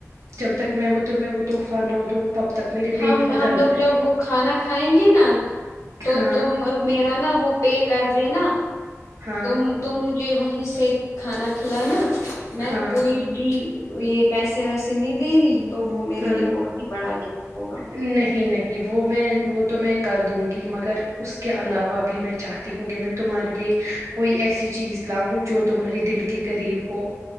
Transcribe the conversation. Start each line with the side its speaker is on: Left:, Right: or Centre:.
Right: جب تک میں وہ تو میں وہ تحفہ نہ دوں تب تک میرے پیٹ
Left: ہم
Right: میں
Left: ہم
Right: درد
Left: لوگ
Right: رہے
Left: جب
Right: گا
Left: وہ کھانا کھائیں گے نا تو
Right: ہاں
Left: تم میرا نا وہ پے کر د نا
Right: ہاں
Left: ت تمج <unintelligible> وہیں سے کھانا کلاانا میں
Right: ہاں
Left: کوئی بھی یہ پیسے ویسے نہیں دے رہی تو وہ میرے
Right: ہاں
Left: لیے بہت ہی بڑا گفٹ ہوگا
Right: نہیں نہیں وہ میں وہ تو میں کر دوں گی مگر اس کے علاوہ بھی میں چاہتی ہوں کہ میں تمہارے لیے کوئی ایسی چیز لاؤں جو تمہارے دل کے قریب ہو